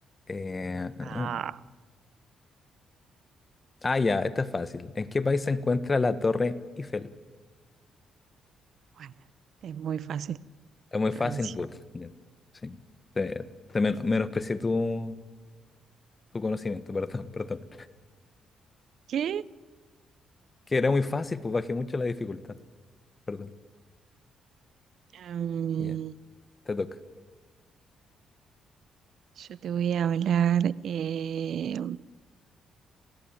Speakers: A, on the left; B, on the right.
A: Eh, ah,
B: Ah,
A: ah. Ah, ya, esta es fácil. ¿En qué país se encuentra la Torre Eiffel?
B: bueno, es muy fácil,
A: Es muy
B: Francia.
A: fácil, but. ya, Sí. Te, te men- menosprecié tu, tu conocimiento, <laughs> perdón, perdón.
B: ¿Qué?
A: Que era muy fácil, pues bajé mucho la dificultad. Perdón.
B: Am,
A: Ya, te toca.
B: yo te voy a hablar. eh,